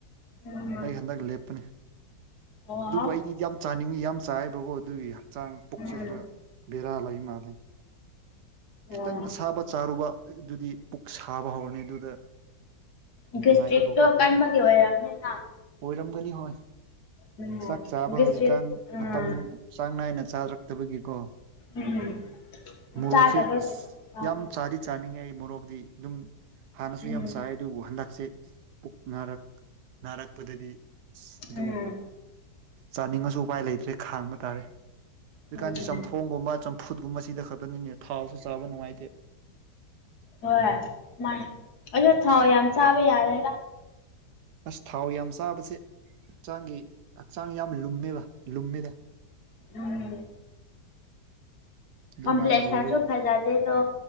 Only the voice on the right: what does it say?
ꯑꯩ ꯍꯟꯗꯛ ꯂꯦꯄꯅꯤ
ꯗꯨꯕꯨ ꯑꯩꯗꯤ ꯌꯥꯝ ꯆꯥꯅꯤꯡꯉꯤ ꯌꯥꯝ ꯆꯥꯏꯌꯦꯕꯀꯣ ꯑꯗꯨꯒꯤ ꯍꯛꯆꯥꯡ ꯄꯨꯛꯁꯦ
ꯈꯔ ꯕꯦꯔꯥ ꯂꯩ ꯃꯥꯜꯂꯦ ꯈꯤꯇꯪ
ꯑꯁꯥꯕ ꯆꯥꯔꯨꯕ ꯑꯗꯨꯗꯤ ꯄꯨꯛ ꯁꯥꯕ ꯍꯧꯔꯅꯤ ꯑꯗꯨꯗ
ꯅꯨꯡꯉꯥꯏꯇꯕꯀꯣ
ꯑꯣꯏꯔꯝꯒꯅꯤ ꯍꯣꯏ
ꯆꯥꯛ ꯆꯥꯕ
ꯍꯧꯖꯤꯛꯀꯥꯟ
ꯃꯇꯝ ꯆꯥꯡ ꯅꯥꯏꯅ ꯆꯥꯔꯛꯇꯕꯒꯤꯀꯣ
ꯃꯣꯔꯣꯛꯁꯦ
ꯑꯁ
ꯌꯥꯝ ꯆꯥꯗꯤ ꯆꯥꯅꯤꯡꯉꯦ ꯑꯩ ꯃꯣꯔꯣꯛꯗꯤ ꯑꯗꯨꯝ ꯍꯥꯟꯅꯁꯨ
ꯌꯥꯝ ꯆꯥꯏ ꯑꯗꯨꯕꯨ ꯍꯟꯗꯛꯁꯦ ꯄꯨꯛ ꯅꯥꯔꯛ ꯅꯥꯔꯛꯄꯗꯗꯤ ꯑꯁ ꯑꯗꯨ
ꯆꯥꯅꯤꯡꯉꯁꯨ ꯎꯄꯥꯏ ꯂꯩꯇ꯭ꯔꯦ ꯈꯥꯡꯕ ꯇꯥꯔꯦ ꯍꯧꯖꯤꯛꯀꯥꯟꯁꯤ
ꯆꯝꯊꯣꯡꯒꯨꯝꯕ ꯆꯝ ꯐꯨꯗꯀꯨꯝꯕꯁꯤꯗ ꯈꯛꯇꯅꯤꯅꯦ ꯊꯥꯎꯁꯨ ꯆꯥꯕ ꯅꯨꯡꯉꯥꯏꯇꯦ
ꯑꯁ ꯊꯥꯎ ꯌꯥꯝ ꯆꯥꯕꯁꯦ ꯍꯛꯆꯥꯡꯒꯤ ꯍꯛꯆꯥꯡ ꯌꯥꯝ ꯂꯨꯝꯃꯦꯕ ꯂꯨꯝꯃꯤꯗ
ꯗꯨꯃꯥꯏꯅ ꯑꯣꯏꯕꯒꯤ